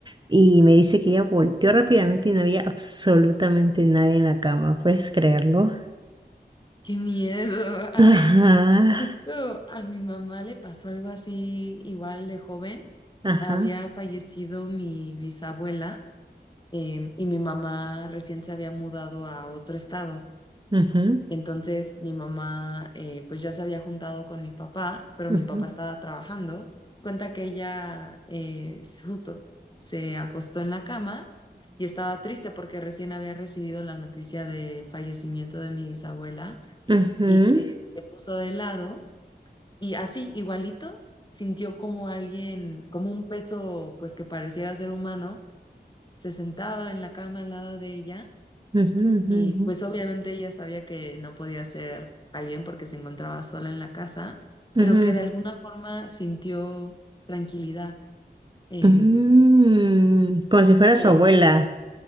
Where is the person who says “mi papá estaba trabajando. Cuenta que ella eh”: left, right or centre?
Left